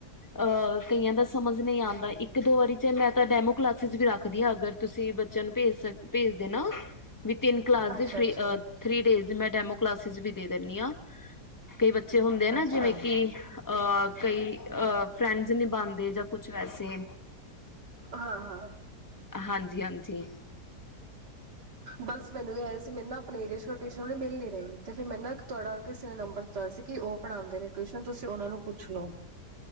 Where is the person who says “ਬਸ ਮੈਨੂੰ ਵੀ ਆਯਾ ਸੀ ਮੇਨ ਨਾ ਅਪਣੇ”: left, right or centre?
Right